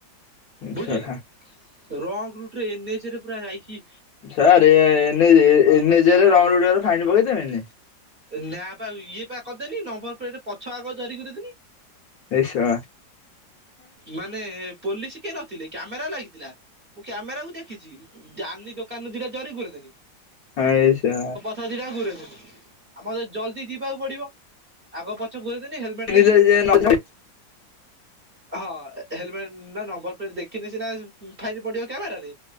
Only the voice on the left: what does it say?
ବି
ସାର ଏନେଚ ଏନେଚ ରଙ୍ଗ ରୁଟ୍ ରେ ଗଲେ ଫାଇନ ପକେଇ ଦେବେନି
ଏ ଶା
ଆଇଷା
ଶଳା